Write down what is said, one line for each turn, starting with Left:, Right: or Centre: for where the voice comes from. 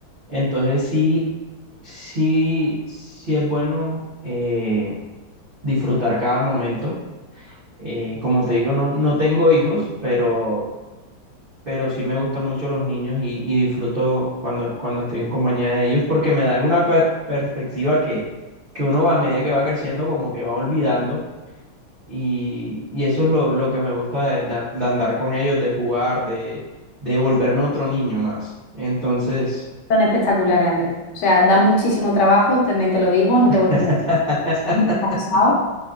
Right: Entonces, sí, sí, sí es bueno eh, disfrutar cada momento. Eh, como te digo, no, no tengo hijos, pero, pero sí me gustan mucho los niños y, y disfruto cuando, cuando estoy en compañía de ellos porque me dan una per- perspectiva que, que uno va a medida que va creciendo como que va olvidando y, y eso es lo, lo que me gusta de, de- de andar con ellos, de jugar, de, de volverme otro niño más. Entonces,
Left: Son espectaculares, Andrés. O sea, dan muchísimo trabajo, también te lo digo, no
Right: <laughs>
Left: te voy a mentir. Muy cansado.